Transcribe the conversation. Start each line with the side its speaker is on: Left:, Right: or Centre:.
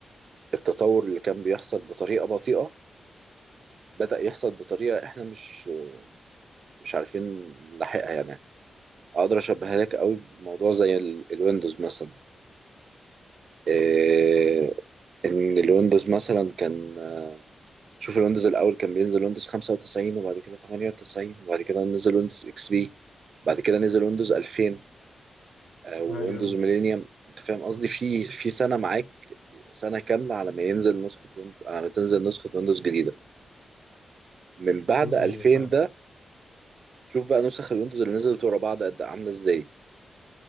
Right: التطور اللي كان بيحصل بطريقة بطيئة بدأ يحصل بطريقة احنا مش مش عارفين نلاحقها يعني اقدر اشبهها لك قوي بموضوع زي ال- الويندوز مثلا إيه ان الويندوز مثلا كان شوف الويندوز الاول كان بينزل ويندوز 95 وبعد كده 98 وبعد كده نزل ويندوز اكس بي بعد كده نزل ويندوز 2000 ويندوز
Left: أيوه
Right: ميلينيوم انت فاهم قصدي في في سنه معاك سنه كامله على ما ينزل نسخه ويندوز على ما تنزل نسخه ويندوز جديده من بعد
Left: مم،
Right: 2000
Left: أيوه فاهم
Right: ده شوف بقى نسخ الويندوز اللي نزلت ورا بعض قد إيه، عامله ازاي